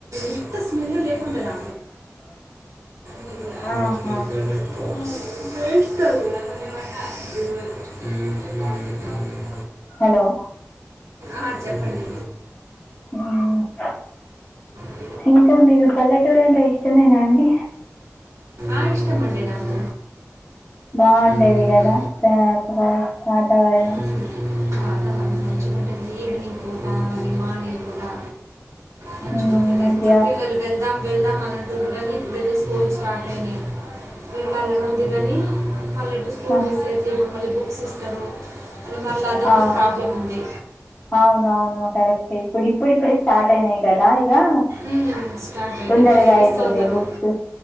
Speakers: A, on the right; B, on the left.
A: ఇంత స్మెల్లు లేకుంటదా వేస్ట్
B: ఆహా
A: అదీ ఉ హు హు
B: హలో
A: ఆహ చెప్పండి
B: మ్మ్.
A: అ
B: ఇంకా మీకు పల్లెటూరు అంటే ఇష్టమేనా అండి
A: ఆ ఇష్టమండి నాకు
B: బాగుంటది
A: ఉమ్.
B: గదా <unintelligible> వాతావరణం
A: ఉమ్. వాతావరణం మంచిగ ఉంటుంది ఈవినింగ్ పూటా కానీ మార్నింగ్ పూటా. మంచిగుంటది
B: మ్మ్, మంచిగా
A: మా పిల్లలు వెళ్దాం వెళ్దాం అని అంటుర్రు గానీ ఇప్పుడీల్ల స్కూల్ స్టార్ట్ అయినయ్. వెళ్లాలని ఉంది గానీ మళ్ళ ఇటు స్కూల్
B: ఆ,
A: మిస్ అయితే ఇప్పుడు మళ్ళీ బుక్స్ ఇస్తరు. అది మళ్ళ అది ఒక
B: ఆ,
A: ప్రాబ్లం ఉంది
B: అవునవును కరక్టే ఇప్పుడు ఇప్పుడు ఇప్పుడు స్టార్ట్ అయినయి కదా ఇగా.
A: ఉమ్, స్టార్ట్ అయినాయి
B: తొందరగా
A: మళ్ళీ మిస్
B: అయిపోతయి
A: అవుతారు
B: బుక్స్